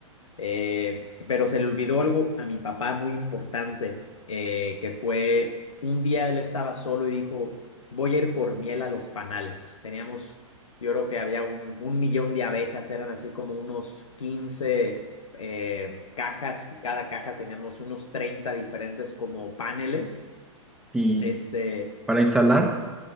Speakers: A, on the left (about 70°); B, in the centre.
A: Eh, pero se le olvidó algo a mi papá muy importante, eh, que fue un día él estaba solo y dijo, voy a ir por miel a los panales. Teníamos, yo creo que había un, un millón de abejas, eran así como unos 15 eh, cajas y cada caja teníamos unos 30 diferentes como paneles,
B: Y
A: este, eh,
B: para instalar,